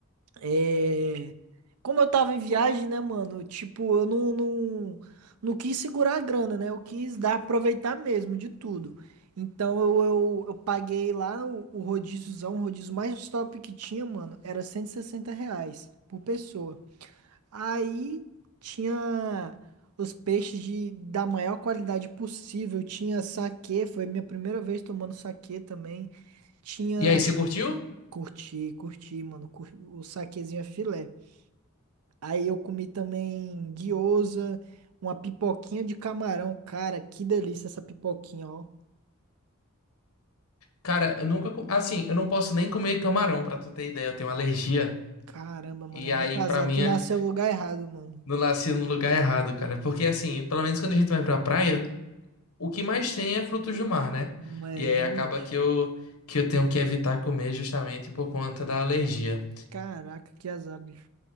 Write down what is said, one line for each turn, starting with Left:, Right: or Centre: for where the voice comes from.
Right: É... Como eu tava em viagem, né, mano? Tipo, eu não, não, não quis segurar a grana, né? Eu quis dar, aproveitar mesmo de tudo. Então eu, eu, eu paguei lá o, o rodíziozão, o rodízio mais top que tinha, mano, era 160 reais por pessoa. Aí tinha os peixes de, da maior qualidade possível. Tinha saquê, foi minha primeira vez tomando saquê também. Tinha.
Left: E aí, você curtiu?
Right: Curti, curti, mano. cur- O saquezinho é filé. Aí eu comi também guiosa, uma pipoquinha de camarão. Cara, que delícia essa pipoquinha, ó.
Left: Cara, eu nunca. co- Assim, eu não posso nem comer camarão, pra tu ter ideia. Eu tenho alergia.
Right: Caramba, mano,
Left: E
Right: é muito
Left: aí,
Right: azar.
Left: pra mim,
Right: Tu
Left: é
Right: nasceu no lugar errado, mano.
Left: no nasci no lugar errado, cara. Porque, assim, pelo menos quando a gente vai pra praia, o que mais tem é frutos do mar, né?
Right: Não É,
Left: E aí
Right: realmente.
Left: acaba que eu, que eu tenho que evitar comer justamente por conta da alergia.
Right: Caraca, que azar, bicho.